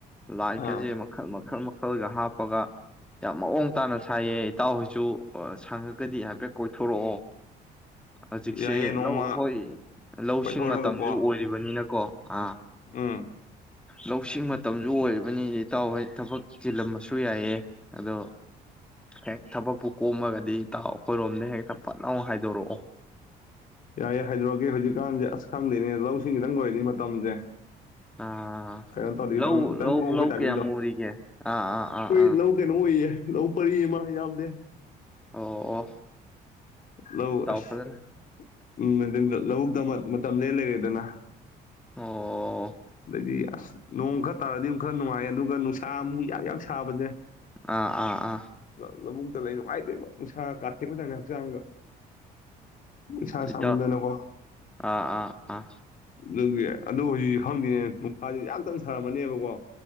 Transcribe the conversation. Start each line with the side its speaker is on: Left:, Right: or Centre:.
Centre: ꯂꯥꯏ ꯀꯁꯦ
Left: ꯑꯥ
Centre: ꯃꯈꯜ ꯃꯈꯜ ꯃ ꯃꯈꯜꯒ ꯍꯥꯞꯄꯒ ꯌꯥꯝ ꯃꯑꯣꯡ ꯇꯥꯅ ꯁꯥꯏꯑ ꯏꯇꯥꯎꯍꯣꯏꯁꯨ ꯁꯪꯉꯒꯗꯤ ꯍꯥꯏꯐꯦꯠ ꯀꯣꯏꯊꯣꯔꯛꯑꯣ ꯍꯧꯖꯤꯛꯁꯦ
Left: ꯌꯥꯏꯌꯦ ꯅꯣꯡꯃ
Centre: ꯂꯧ ꯍꯣꯏ ꯂꯧꯁꯤꯡ
Left: ꯀꯣꯏꯊꯣꯔꯒꯀꯣ
Centre: ꯃꯇꯝꯁꯨ ꯑꯣꯏꯔꯤꯕꯅꯤꯅꯀꯣ ꯑꯥ
Left: ꯎꯝ
Centre: ꯂꯧꯁꯤꯡ ꯃꯇꯝꯁꯨ ꯑꯣꯏꯔꯤꯕꯅꯤ ꯏꯇꯥꯎ ꯍꯩ ꯊꯕꯛ ꯆꯤꯜꯂꯝꯃꯁꯨ ꯌꯥꯏꯑ ꯑꯗꯣ ꯍꯦꯛ ꯊꯕꯛꯄꯨ ꯀꯣꯝꯃꯒꯗꯤ ꯏꯇꯥꯎ ꯑꯩꯈꯣꯏꯔꯣꯝꯗ ꯍꯦꯛꯇ ꯐꯅ ꯑꯃ ꯍꯥꯏꯗꯣꯔꯛꯑꯣ
Left: ꯌꯥꯏ ꯍꯥꯏꯗꯣꯔꯛꯑꯀꯦ ꯍꯧꯖꯤꯛꯀꯥꯟꯁꯦ ꯑꯁ ꯈꯪꯗꯦꯅꯦ ꯂꯧꯁꯤꯡꯁꯤꯗꯪ ꯂꯣꯏꯔꯅꯤ ꯃꯇꯝꯁꯦ
Centre: ꯑ ꯑ
Left: ꯀꯩꯅꯣ ꯇꯧꯔꯗꯤ ꯈꯤꯇꯪ
Centre: ꯂꯧ
Left: ꯈꯤꯇꯪ
Centre: ꯂꯧ
Left: ꯀꯣꯝꯃꯛꯄꯩ
Centre: ꯂꯧ
Left: ꯇꯥꯏꯃꯤꯡꯗꯣ
Centre: ꯀꯦ ꯃꯔꯤ ꯀꯦ ꯑꯥ ꯑꯥ
Left: ꯑꯩꯈꯣꯏ
Centre: ꯑꯥ ꯑꯥ
Left: ꯂꯧ ꯀꯩꯅꯣ ꯑꯣꯏꯌꯦ ꯂꯧ ꯄꯔꯤꯑꯃꯥ ꯌꯥꯝꯗꯦ
Centre: ꯑꯣ ꯑꯣ
Left: ꯂꯧ
Centre: ꯏꯇꯥꯎ
Left: ꯑꯁ
Centre: ꯐꯖꯅ
Left: ꯎꯝ ꯂꯧꯕꯨꯛꯇ ꯃꯇꯝ ꯂ ꯂꯩ ꯂꯩꯗꯅ
Centre: ꯑꯣ
Left: ꯑꯗꯩꯗꯤ ꯑꯁ ꯅꯣꯡ ꯈꯔ ꯇꯥꯔꯗꯤ ꯈꯔ ꯅꯨꯡꯉꯥꯏꯌꯦ ꯑꯗꯨꯒ ꯅꯨꯡꯁꯥ ꯑꯃꯨꯛ ꯌꯥꯛ ꯌꯥꯛ ꯁꯥꯕꯁꯦ
Centre: ꯑꯥ ꯑꯥ ꯑꯥ
Left: ꯂꯃꯨꯛꯇ ꯂꯩ ꯅꯨꯡꯉꯥꯏꯇꯦꯕ ꯅꯨꯡꯁꯥ ꯀꯥꯠꯊꯦꯀꯖꯥꯅ ꯄꯩꯁꯥ ꯁꯃꯅꯅꯀꯣ
Centre: ꯏꯇꯥꯎ ꯑꯥ ꯑꯥ ꯑꯥ
Left: ꯂ ꯑꯗꯨ ꯍꯧꯖꯤꯛ ꯈꯪꯗꯅꯦ ꯅꯨꯡꯁꯥꯁꯦ ꯌꯥꯝ ꯇꯟ ꯁꯥꯔꯝꯃꯅꯦꯕꯀꯣ